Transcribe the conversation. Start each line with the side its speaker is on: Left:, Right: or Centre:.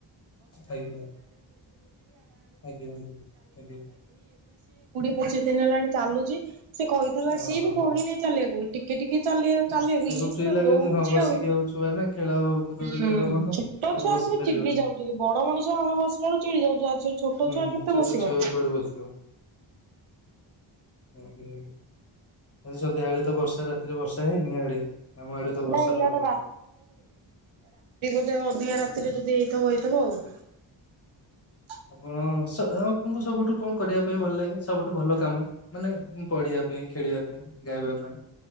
Left: ଆଜ୍ଞା ଆଜ୍ଞା ଆଜ୍ଞା। ଆଜ୍ଞା
Right: ପାସିଲା। !!!!!!!!!!!!!!! ପଚିଶ ଦିନ ହେଲାଣି ଚାଲୁଛି, ସେ କହିଥିଲା
Left: ହଁ
Right: ସିଏ
Left: ହଁ
Right: ବି କହି
Left: ହଁ
Right: ନାଇଁ ଚାଲିବାକୁ ଟିକେ ଟିକେ ଚାଲିବାକୁ ଚାଲି ବି,
Left: ତାକୁ
Right: ଇଏ
Left: ଫ୍ରି
Right: ପୁରା
Left: ଲାଗୁଛି
Right: ଦଉଡୁଛି
Left: ହଁ ବସିକି
Right: ଆଉ।
Left: ଛୁଆ ନା ଖେଳ କୁଦରେ
Right: ହୁଁ
Left: ତାର ମନ।
Right: ଛୋଟ
Left: ସେ ଆଉ
Right: ଛୁଆ
Left: ବସି
Right: ମୁ
Left: ପାରିବନି
Right: ଚିଡିବି ଚି, ଯାଉଛନ୍ତି ବଡ ମଣିଷ ଆମେ ବସି ଲା ବେଳୁ ଆମେ ଚିଡ଼ି ଯାଉଚୁ। ଆଉ ସେ ଛୋଟ
Left: ହୁଁ
Right: ଛୁଆ କେତେ
Left: ଛୋଟ
Right: ବସିବ।
Left: ଛୁଆ ଆଉ କୁଆଡୁ ବସିବ। ଆଜି ସନ୍ଧ୍ୟାବେଳେ। ତ ବର୍ଷା ରାତିରେ ବର୍ଷା ହେଇନି ଇଆଡେ? ଆମ ଆଡେ ତ
Right: ନାଇଁ
Left: ବର୍ଷା
Right: ଇଆଡେ
Left: ପ୍ରବଳ।
Right: ଯେ ଅଧିକା ରାତିରେ ଯଦି ହେଇଥିବ ହେଇଥିବ ଆଉ।
Left: ଆପଣ ସ-ଆପଣଙ୍କୁ ସବୁଠୁ କଣ କରିବା ପାଇଁ ଭଲ ଲାଗେ? ସବୁଠୁ ଭଲ କାମ, ମାନେ ପଢିବା ପାଇଁ? ପାଇଁ ଖେଳିବା ପାଇଁ? ଗାଇବା ପାଇଁ?